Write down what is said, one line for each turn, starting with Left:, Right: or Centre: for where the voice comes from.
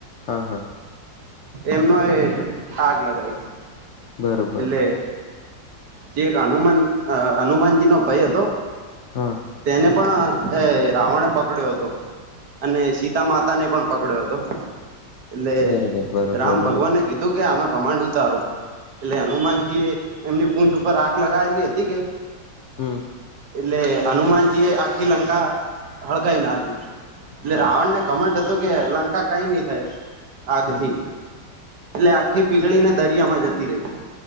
Left: હા હા
Right: એમનો એ આગ લગાવ એટલે.
Left: બરોબર
Right: જે એક હનુમાન હનુમાનજી નો ભાઈ હતો
Left: હા.
Right: તેને પણ રાવણે પકડ્યો હતો અને. સિતા માતા ને પણ પકડ્યો હતો એટલે
Left: બરોબર બરોબર
Right: રામ ભગવાનગી. તુ કે આનો કમાન્ડ ઉતારો. એટલે હનુમાનજી એ એમની પૂંછ ઉપર આગ લગાવેલી હતી કે
Left: હમ.
Right: એટલે હનુમાનજી એ આખી લંકા હળગાઈ નાખી એટલે
Left: હા
Right: રાવણ ને કમન્ટ હતું કે લંકા કઈ નહી થાય આગથી
Left: હમ
Right: એટલે આખી પીગળી ને દરિયા માં જતી રહી